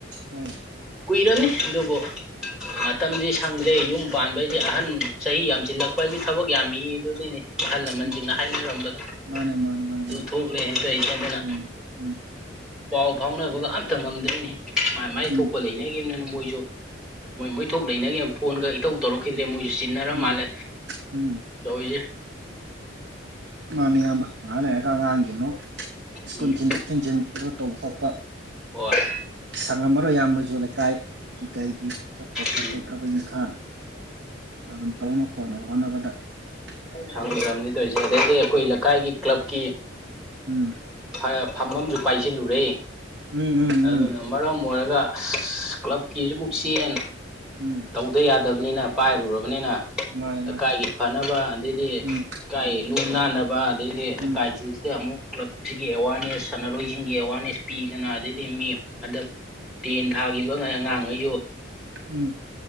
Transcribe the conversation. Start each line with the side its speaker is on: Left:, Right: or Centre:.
Right: ꯍꯣꯏ
Centre: ꯀꯨꯏꯔꯅꯤ ꯑꯗꯨꯕꯨ ꯃꯇꯝꯁꯤ ꯁꯪꯗ꯭ꯔꯦ ꯌꯨꯝ ꯄꯥꯟꯕꯩꯁꯦ ꯑꯍꯟ ꯆꯍꯤ ꯌꯥꯝꯁꯤꯜꯂꯛꯄ ꯍꯥꯏꯁꯤ ꯊꯕꯛ ꯌꯥꯝꯃꯛꯏ ꯑꯗꯨꯅꯤꯅꯤ ꯑꯍꯜ ꯂꯃꯟꯁꯤꯡꯅ
Right: ꯎꯝ
Centre: ꯍꯥꯏꯅꯔꯝꯕꯗ
Right: ꯃꯥꯅꯦ ꯃꯥꯅꯦ ꯃꯥꯅꯦ
Centre: ꯑꯗꯨ
Right: ꯏꯌꯥꯝꯕ
Centre: ꯊꯣꯛꯂꯦ ꯍꯦꯇ ꯑꯩꯁꯦꯟꯗꯅ
Right: ꯎꯝ ꯎꯝ
Centre: ꯄꯥꯎ ꯐꯥꯎꯅꯕꯒ ꯑꯝꯇ ꯉꯝꯗ꯭ꯔꯦꯅꯤ ꯃꯥꯏ ꯃꯥꯏ ꯊꯣꯛꯄ
Right: ꯎꯝ
Centre: ꯂꯩꯅꯈꯤꯕꯈꯤꯕꯅꯤꯅ ꯃꯣꯏꯁꯨ ꯃꯣꯏ ꯃꯣꯏ ꯏꯊꯊꯧ ꯂꯩꯅꯒꯅ ꯐꯣꯟꯒ ꯏꯊꯧꯧ ꯇꯧꯔꯛꯈꯤꯗ꯭ꯔꯦ ꯃꯣꯏꯁꯨ ꯁꯤꯟꯅꯔ
Right: ꯎꯝ
Centre: ꯃꯥꯜꯂꯦ
Right: ꯎꯝ
Centre: ꯇꯧꯔꯤꯁꯦ
Right: ꯃꯥꯅꯦ ꯏꯌꯥꯝꯕ ꯉꯥꯏꯍꯥꯛ ꯂꯩꯔꯒ ꯑꯉꯥꯡꯒꯤ ꯑꯃꯨꯛ ꯁ꯭ꯀꯨꯜ
Centre: ꯎꯝ
Right: ꯊꯤꯟꯗꯣꯛ ꯊꯤꯟꯖꯤꯟ ꯑꯗꯨ ꯇꯧꯕ ꯈꯣꯠꯄ
Centre: ꯍꯣꯏ
Right: ꯁꯪꯉꯝꯃꯔꯣꯏ ꯌꯥꯝꯃꯖꯨ ꯂꯩꯀꯥꯏꯒꯤ ꯀꯩꯒꯤ ꯆꯠꯄ ꯈꯣꯠꯄ
Centre: ꯎꯝ
Right: ꯊꯕꯛ ꯏꯈꯥ ꯑꯗꯨꯝ ꯇꯧꯅ ꯈꯣꯠꯅ ꯍꯣꯠꯅꯕꯗ ꯌꯥꯏ ꯌꯥꯏ
Centre: ꯁꯪꯗ꯭ꯔꯕꯅꯤ ꯇꯧꯔꯤꯁꯦ ꯑꯗꯩꯗꯤ ꯑꯩꯈꯣꯏ ꯂꯩꯀꯥꯏꯒꯤ ꯀ꯭ꯂꯕꯀꯤ
Right: ꯎꯝ
Centre: ꯐꯝꯐꯝꯁꯨ ꯄꯥꯏꯁꯤꯜꯂꯨꯔꯦ
Right: ꯎꯝ ꯎꯝ
Centre: ꯑꯗꯨꯅ
Right: ꯎꯝ
Centre: ꯃꯔꯝ ꯑꯣꯏꯔꯒ ꯑꯁ ꯀ꯭ꯂꯕꯀꯤꯁꯨꯃꯨꯛ ꯆꯦꯟ
Right: ꯎꯝ
Centre: ꯇꯧꯗ ꯌꯥꯗꯕꯅꯤꯅ ꯄꯥꯏꯔꯨꯔꯕꯅꯤꯅ
Right: ꯃꯥꯅꯦ
Centre: ꯂꯩꯀꯥꯏꯒꯤ
Right: ꯃꯥꯅꯦ
Centre: ꯐꯅꯕ ꯑꯗꯨꯗꯩꯗꯤ ꯂꯩꯀꯥꯏ
Right: ꯎꯝ
Centre: ꯂꯨ ꯅꯥꯟꯅꯕ ꯑꯗꯩꯗꯤ
Right: ꯎꯝ
Centre: ꯂꯩꯀꯥꯏꯁꯤꯡꯁꯤꯗ ꯑꯃꯨꯛ ꯄꯨꯂꯞ ꯁꯤꯒꯤ ꯑꯦꯋꯥꯔꯅꯦꯁ ꯁꯥꯟꯅꯔꯣꯏꯁꯤꯡꯒꯤ ꯑꯦꯋꯥꯔꯅꯦꯁ ꯄꯤꯗꯅ ꯑꯗꯩꯗꯤ ꯃꯤ ꯍꯟꯗꯛ ꯇꯦꯟ ꯊꯥꯈꯤꯕ ꯉꯩ ꯑꯉꯥꯡꯉꯩꯁꯨ
Right: ꯎꯝ